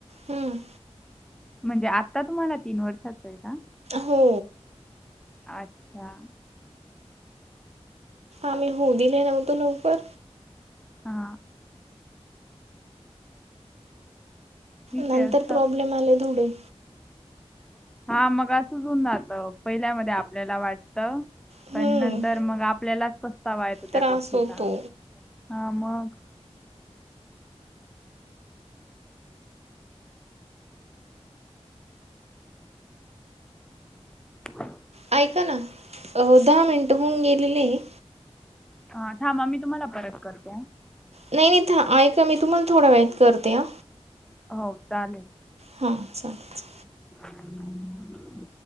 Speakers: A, on the right; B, in the centre.
A: हम्म.
B: म्हणजे आता तुम्हाला तीन वर्षाच आहे का.
A: हो.
B: अच्छा.
A: आम्ही होऊ दिले नव्हतं लवकर.
B: हा. ठीक
A: नंतर
B: आहे असतात.
A: प्रॉब्लेम आले थोडे.
B: हा मग असंच ऊन जात पहिल्या मधे आपल्याला वाटत.
A: हम्म
B: पण नंतर मग आपल्यालाच पस्तावा येतो त्या
A: त्रास
B: गोष्टीचा
A: होतो
B: हा मग. <inaudible>
A: ऐका ना अ दहा मिनटं होऊन गेलेले आहे.
B: हा थांबा मी तुम्हाला परत करतो.
A: नाही नाही था ऐका मी तुम्हाला थोडा वेळात करते ह.
B: हो चालेल.
A: हां चालेल.
B: <inaudible>